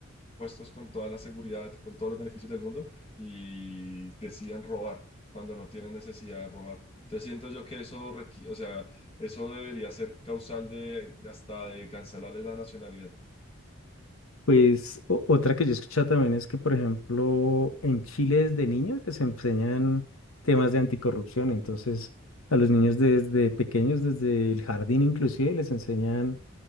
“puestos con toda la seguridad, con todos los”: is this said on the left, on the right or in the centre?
Left